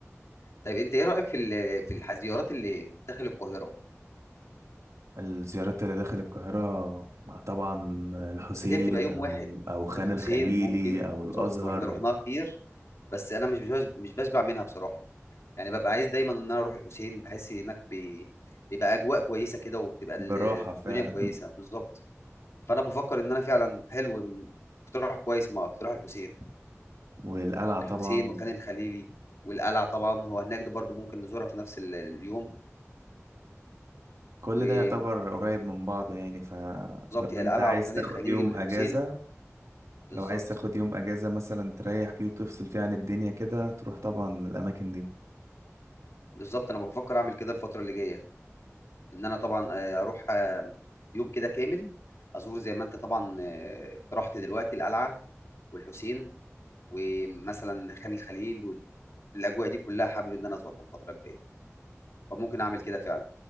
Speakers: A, on the left; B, on the right.
A: طيب انت ايه رايك في ال- في الزيارات اللي داخل القاهره
B: الزيارات اللي داخل القاهرة مع طبعا الحسين
A: اللي هي بتبقى يوم
B: أو
A: واحد
B: أو خان
A: الحسين
B: الخليلي
A: ممكن
B: أو
A: بالظبط
B: الأزهر
A: واحنا رحناها كتير بس انا مش بش- مش بشبع منها بصراحه يعني ببقى عايز دايما ان انا اروح الحسين بحس هناك بي... بيبقى اجواء كويسه كده وبتبقى ال-
B: براحة فعلا
A: الدنيا كويسه بالظبط فانا بفكر ان انا فعلا حلو إن- اقتراح كويس مع اقتراح الحسين
B: <laughs> والقلعة طبعا
A: الحسين وخان الخليلي والقلعه طبعا هو هناك ده برضو ممكن نزورها في نفس ال- اليوم
B: كل
A: وبالظبط
B: ده يعتبر قريب من بعضه يعني فلو
A: هي
B: انت
A: القلعه
B: عايز
A: وخان
B: تاخد
A: الخليلي
B: يوم
A: والحسين
B: اجازة
A: بالظبط
B: لو عايز تاخد يوم اجازة مثلا تريح فيه وتفصل فيه عن الدنيا كده تروح طبعا الاماكن دي
A: بالظبط انا بفكر اعمل كده الفتره اللي جايه ان انا طبعا آه، اروح آه، يوم كده كامل ازور زي ما انت طبعا آه، اقترحت دلوقتي القلعه والحسين ومثلا خان الخليل والاجواء دي كلها حابب ان انا ازورها الفتره الجايه فممكن اعمل كده فعلا